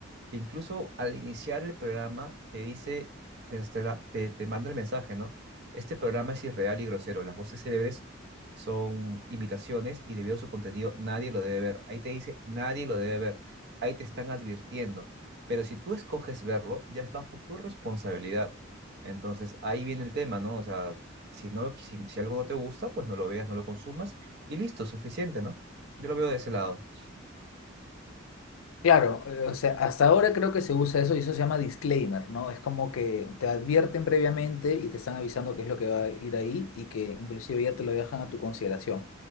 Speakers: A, on the right (about 55°); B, on the left (about 80°).
A: que incluso al iniciar el programa te dice, te, te, te manda el mensaje, ¿no? Este programa es irreal y grosero, las voces célebres son imitaciones y debido a su contenido nadie lo debe ver. Ahí te dice, nadie lo debe ver, ahí te están advirtiendo, pero si tú escoges verlo, ya es bajo tu responsabilidad. Entonces ahí viene el tema, ¿no? O sea, si, no lo, si, si algo no te gusta, pues no lo veas, no lo consumas y listo, suficiente, ¿no? Yo lo veo de ese lado.
B: Claro, eh, o sea, hasta ahora creo que se usa eso y eso se llama disclaimer, ¿no? Es como que te advierten previamente y te están avisando qué es lo que va a ir ahí y que inclusive ya te lo dejan a tu consideración.